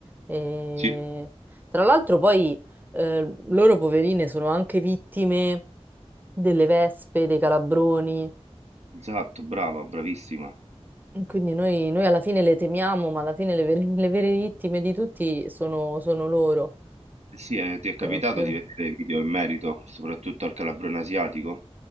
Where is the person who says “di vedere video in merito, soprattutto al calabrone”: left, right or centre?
Right